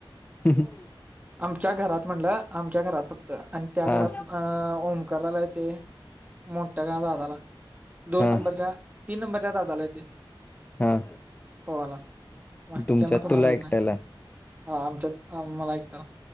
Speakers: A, on the left; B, on the right.
A: ह् ह.
B: आमच्या घरात म्हणला. आमच्या घरात फ क्त आणि त्या
A: हा
B: घरात अ ओंकारला येतय मोठ्या का दादाला दोन
A: हा
B: नंबरच्या, तीन नंबरच्या दादाला येतय.
A: हा
B: पवायला बाकीच्यांना
A: तुमच्यात
B: कुणाला
A: तुला
B: येत
A: एकट्याला
B: नाही. हां आमच्यात मला एक